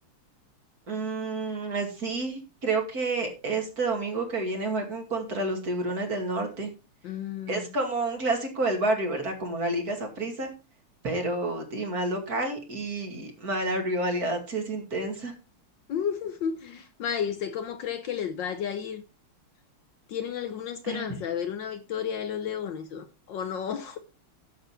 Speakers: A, on the right; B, on the left.
A: Mm, sí, creo que este domingo que viene juegan contra los Tiburones del Norte.
B: Mm.
A: Es como un clásico del barrio, ¿verdad? Como la Liga Saprissa, pero di, más local y mae, la rivalidad sí es intensa.
B: <laughs> Ma, ¿y usted cómo cree que les vaya a ir? ¿Tienen alguna esperanza
A: <laughs>
B: de ver una victoria de los Leones o, o no?